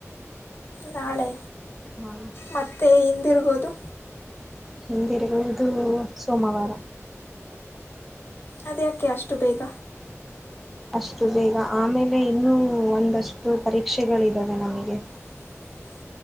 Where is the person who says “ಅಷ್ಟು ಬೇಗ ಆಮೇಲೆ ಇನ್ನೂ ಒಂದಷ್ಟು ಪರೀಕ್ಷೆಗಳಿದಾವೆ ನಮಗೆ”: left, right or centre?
Centre